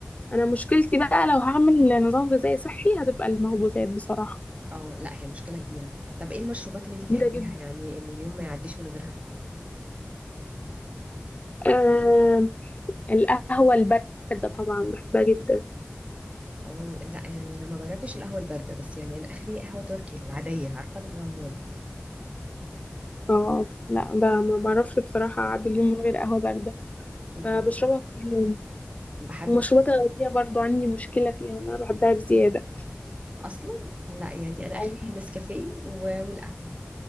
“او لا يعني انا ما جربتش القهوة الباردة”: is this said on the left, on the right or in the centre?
Right